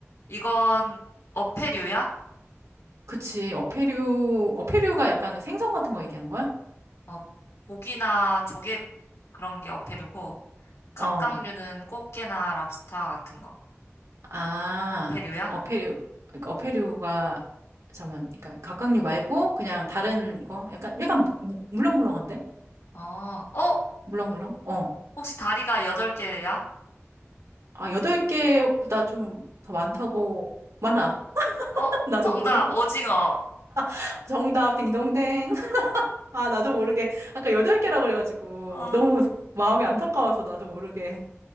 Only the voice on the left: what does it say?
이건 어패류야?
어, 고기나 조개 그런 게 어패류고, 갑각류는
꽃게나 랍스타 같은 거.
어패류야?
어, 어,
혹시 다리가 여덟 개야?
어,
정답,
오징어.
어,